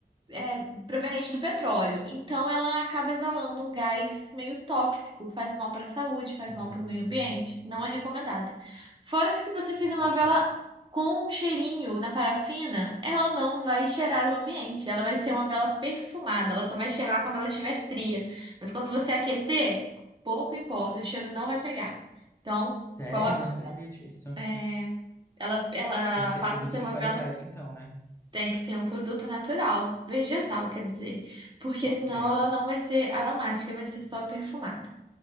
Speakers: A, on the right; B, on the left.
A: é proveniente do petróleo, então ela acaba exalando um gás meio tóxico, faz mal para a saúde, faz
B: Hum,
A: mal para o meio ambiente, não é recomendada. Fora que se você fizer
B: entendi.
A: uma vela com um cheirinho na parafina, ela não vai cheirar o ambiente, ela vai ser uma vela perfumada, ela só vai cheirar quando ela estiver fria. Mas quando você aquecer, pouco importa, o cheiro não vai pegar. Então,
B: Sério,
A: coloca.
B: eu não sabia disso.
A: É, ela, ela
B: Tem que ter
A: passa
B: produto
A: a ser
B: de
A: uma
B: qualidade,
A: vela,
B: então, né?
A: tem que ser um produto natural, vegetal, quer dizer, porque
B: Ok,
A: senão ela não vai ser aromática, vai ser só perfumada.